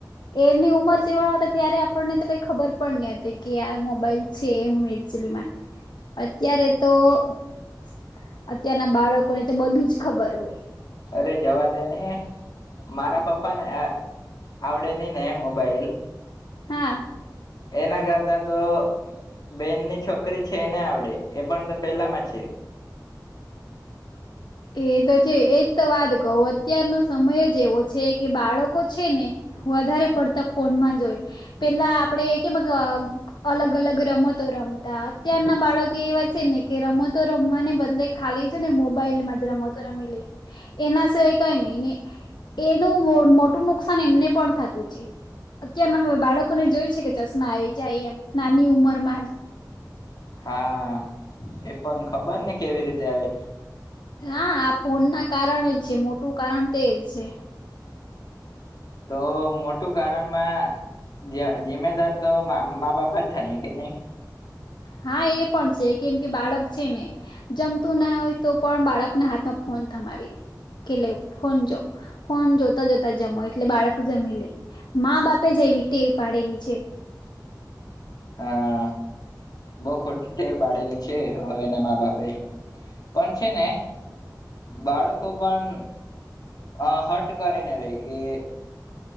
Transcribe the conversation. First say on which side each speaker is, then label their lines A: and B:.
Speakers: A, on the left (about 80°); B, on the left (about 60°).
A: એની ઉંમર જેવાતા ત્યારે આપણને કઈ ખબર. પણ હતી કે આ મોબાઈલ છે હું એચલીમાં અત્યારે તો. <unintelligible> અત્યારના બાળકોને તો બધું જ ખબર હોય.
B: અરે જવા દે ને. મારા પપ્પા ને અ આવડે નઈ ને એ મોબાઈલ.
A: હા.
B: એના કરતા તો બેનની છોકરી છે. એને આવડે એ પણ તો પેલામાં છે.
A: એ તો છે એજ તો વાત કહું અત્યારનો સમય જ એવો છે કે બાળકો છે ને વધારે પડતા ફોન માં જ હોય પેલા આપડે એ કે મત અલગ અલગ રમતો રમતા અત્યારના બાળકો એવા છે ને કે રમતો રમવાને બદલે ખાલી છે ને મોબાઈલ માં. રમતો રમી લે એના સિવાય ક ને એનું મોટું નુકસાન એમને પણ થતું છે અત્યારના બાળકોને જોયું છે કે ચશ્મા આવી જાય એમ નાની ઉમરમાં જ.
B: હા એ પણ ખબર ને કેવી રીતે આવે.
A: હા આ ફોન ના કારણ જ છે મોટું કારણ તેજ છે.
B: તો મોટું કારણમાં જિમ્મેદાર તો મા બાપા જ થાય કે નહી.
A: હા એ પણ છે કેમ કે બાળક છે ને જમતું ના હોય તો પણ બાળકના હાથમાં ફોન થમાવી દે કે લે ફોન જો ફોન જોતા જોતા જમો એટલે બાળક જમી લે મા બાપે જેવી તેવ પાડેલી છે.
B: હા બો ખોટ્ટે પાડેલી છે. હવે એના મા બાપે પણ છે ને બાળકો પણ. અ હટ કરેને રહી કે.